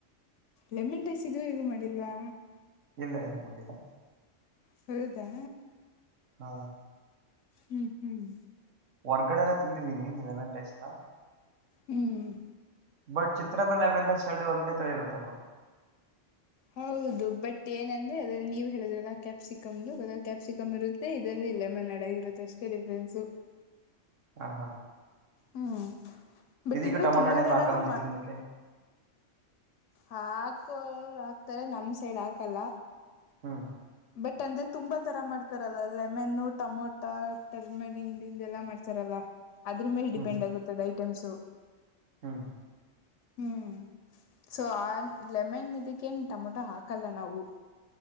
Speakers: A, on the left; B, on the right.
A: ಲೆಮನ್ ರಡೈಸ್ ಇದು ಹೇಗ ಮಾಡಿಲ್ವಾ
B: ಇಲ್ಲ ಇಲ್ಲ ಮಾಡಿಲ್ಲ
A: ಹೌದಾ
B: ಹ್ಮ
A: ಹ್ಮ್ ಹ್ಮ್
B: ಹೊರ್ಗಡೆ ಎಲ್ಲ ತಿಂದಿದೀನಿ ನಿೆಲಮೇ ದೈಸ್ನ
A: ಹ್ಮ್
B: ಬಟ್ ಚಿತ್ರಾನ್ನ ಲೆಮನ್ ರೈಸಲ್ಟ್ ಒಂದೇ ತರ ಇರುತ್ತಪ್ಪ
A: ಹೌದು ಬಟ್ ಏನಂದ್ರೆ ಅದ್ರಲ್ಲಿ ನೀವ್ ಹೇಳುದ್ರಲ್ಲ ಕ್ಯಾಪ್ಸಿಕಮ್ದು ಅದ್ರ ಕ್ಯಾಪ್ಸಿಕಮ್ ಇರುತ್ತೆ ಇದ್ರಲ್ಲಿ ಇಲ್ಲ ಮನ್ನಡಗ ಇರುತ್ತೆ ಅಷ್ಟೇ ಡಿಫ್ರೆನ್ಸು
B: ಹ ಹಾ
A: ಹ್ಮ್ ಬಟ್
B: ಇದೀಗ
A: ಇನ್ನು
B: ಟೊಮೊಟೊ
A: ತುಂಬಾ
B: ಹಣ್ಣೇನು
A: ತರಾನು
B: ಹಾಕಲ್ವ ಚಿತ್ರಾನ್ನಕ್ಕೆ
A: ಹಾಕೋರು ಹಾಕ್ತಾರೆ ನಮ್ ಸೈಡ್ ಹಾಕಲ್ಲ
B: ಹ್ಮ್
A: ಬಟ್ ಅಂದ್ರೆ ತುಂಬಾ ತರ ಮಾಡ್ತಾರಲ್ಲ ಲೆಮನ್ ಟೊಮೊಟಾ ಟರ್ಮರಿನ್ ಇಿಂದೆಲ್ಲಾ ಮಾಡ್ತಾರಲ್ಲ ಅದ್ರ ಮೇಲೆ
B: ಹ್ಮ್
A: ಡಿಪೆಂಡ್ ಆಗತುತ್ತದೆ ಐಟೆ್ಸ್ು
B: ಹ್ಮ್
A: ಹ್ಮ್ ಸೊ ಆ ಲೆಮನ್ ಇದಕ್ಕೇನ್ ಟೊಮೊಟೊ ಹಾಕಲ್ಲ ನಾವು